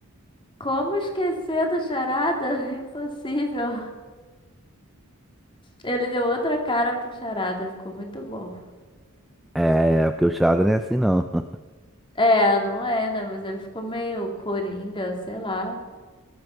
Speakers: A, on the left; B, in the centre.
A: Como esquecer do Charada? <laughs> Impossível. Ele deu outra cara pro Charada, ficou muito bom.
B: É, porque o charada não é assim não. <laughs>
A: É, não é, né? Mas ele ficou meio coringa, sei lá.